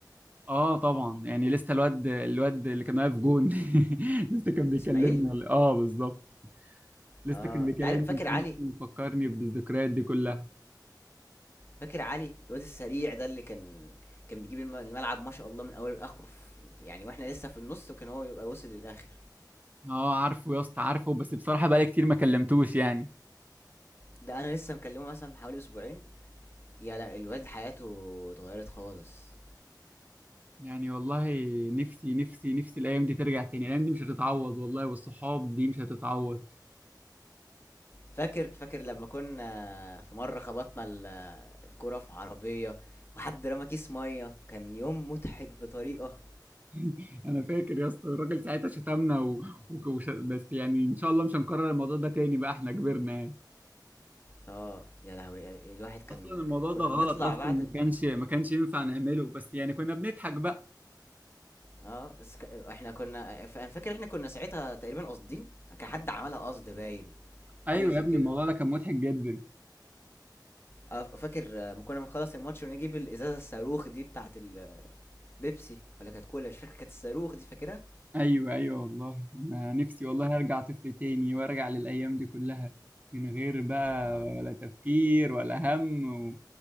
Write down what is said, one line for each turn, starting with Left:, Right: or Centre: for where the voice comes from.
Right: اه طبعا يعني لسه الواد الواد اللي كان واقف جون <laughs> لسه كان بيكلمني
Left: اسماعيل
Right: ولا اه بالظبط لسه
Left: اه
Right: كان بيكلمني
Left: انت عارف فاكر علي
Right: مفكرني بالذكريات دي كلها
Left: فاكر علي الواد السريع ده اللي كان كان بيجيب الم- الملعب ما شاء الله من اول لاخره في- يعني واحنا لسه في النص وكان هو يبقى وصل للاخر
Right: اه عارفه يا اسطى عارفه بس بصراحة بقالي كتير ما كلمتوش يعني
Left: ده انا لسه مكلمه مثلا من حوالي اسبوعين يا لا الواد حياته اتغيرت خالص
Right: يعني والله نفسي نفسي نفسي الايام دي ترجع تاني الايام دي مش هتتعوض والله والصحاب دي مش هتتعوض
Left: فاكر فاكر لما كنا في مرة خبطنا ال- الكرة في عربية وحد رمى كيس مية كان يوم مضحك بطريقة
Right: <laughs> انا فاكر يا اسطى الراجل ساعتها شتمنا و... و... وش... بس يعني ان شاء الله مش هنكرر الموضوع ده تاني بقى احنا كبرنا يعني
Left: اه يا لهوي ال- الواحد كان
Right: اصلا الموضوع
Left: ك- كنا
Right: ده غلط
Left: بنطلع
Right: اصلا
Left: بعد
Right: ما
Left: الماتش
Right: كانش ما كانش ينفع نعمله بس يعني كنا بنضحك بقى
Left: اه بس ك... احنا كنا ف- انا فاكر احنا كنا ساعتها تقريبا قاصدين كان حد عملها قصد باين حاجة
Right: ايوه
Left: زي
Right: يا ابني
Left: كده
Right: الموضوع ده كان مضحك جدا
Left: اه ف- فاكر آه، ما كنا بنخلص الماتش ونجيب الازازة الصاروخ دي بتاعت البيبسي ولا كانت كولا مش فاكر كانت الصاروخ دي فاكرها
Right: ايوه ايوه والله انا نفسي والله ارجع طفل تاني وارجع للايام دي كلها من غير بقى
Left: اه
Right: ولا تفكير ولا هم و...